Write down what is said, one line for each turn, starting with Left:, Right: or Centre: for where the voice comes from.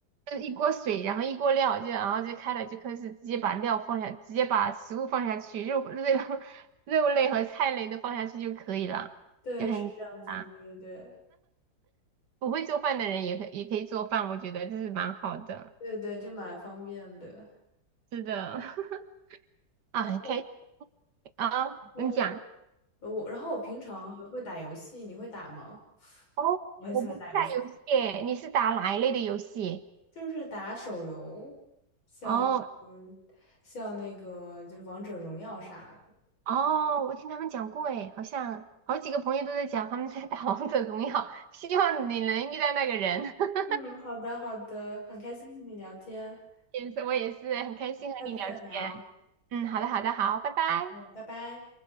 Right: 就一锅水，然后一锅料，就然后就开了，就开始直接把料放下，直接把食物放下去，肉肉类 <laughs> 肉类和菜类都放下去就可以了，
Left: 对，
Right: 就很啊，
Left: 是这样子，对对对
Right: 不会做饭的人也可也可以做饭，我觉得这是蛮好的，
Left: 对对，就蛮方便的。
Right: 是的，<laughs> 啊，
Left: 然后，
Right: 很开心啊，
Left: 然后
Right: 你讲
Left: 呃我，然后我平常还会打游戏，你会打吗？
Right: 哦，
Left: 我很喜欢打游戏，
Right: 我不是打游戏耶，你是打哪一类的游戏？
Left: 就是打手游，像嗯，
Right: 哦
Left: 像那个就是王者荣耀啥的。
Right: 哦，我听他们讲过诶，好像好几个朋友都在讲他们在打王者荣耀，希望你能遇到那个人。<laughs>
Left: 嗯，好的，好的，很开心跟你聊天，
Right: 也是，我也是很开心和你聊天。
Left: 下次再聊。
Right: 嗯，好的，好的，好，拜拜。
Left: 嗯，拜拜。